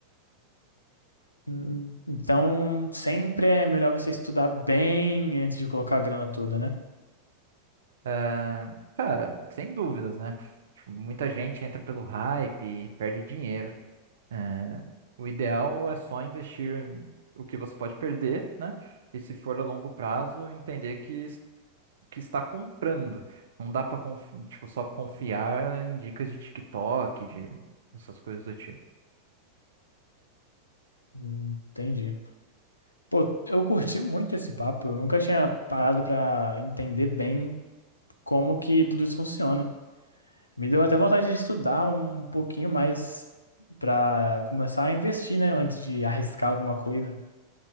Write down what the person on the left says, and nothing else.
Hum, Então, sempre é melhor você estudar bem antes de colocar a grana toda, né?
Hum, Entendi. Pô, eu curti muito esse papo. Eu nunca tinha parado pra entender bem como que tudo isso funciona. Me deu até vontade de estudar um pouquinho mais pra começar a investir, né? Antes de arriscar alguma coisa.